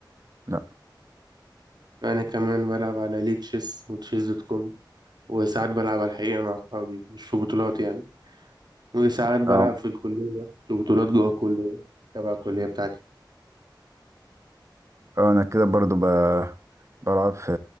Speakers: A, on the right; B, on the right.
A: لا
B: أنا كمان بلعب على ليه تشيس وتشيس دوت كوم وساعات بلعب على الحقيقة مع أصحابي مش في بطولات يعني وساعات بلعب
A: اه
B: في الكلية في بطولات جوه الكلية تبع الكلية بتاعتي
A: اه انا كده برضو ب... بلعب في